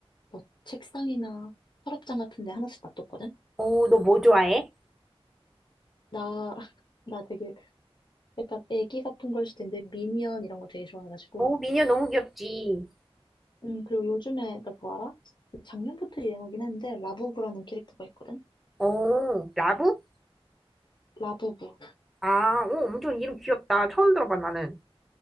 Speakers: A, on the left; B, in the centre.
A: 뭐 책상이나 서랍장 같은 데 하나씩 놔뒀거든?
B: 어, 너 뭐 좋아해?
A: 나, <laughs> 나 되게 약간 애기 같은 걸 수도 있는데 미니언 이런 거 되게 좋아해가지고.
B: 어, 미녀 너무 귀엽지.
A: 음, 그리고 요즘에 나 그거 알아? 작년부터 유행하긴 했는데 라부부라는 캐릭터가 있거든?
B: 어, 라부?
A: 라부부.
B: 아, 오, 엄청 이름 귀엽다. 처음 들어봐, 나는.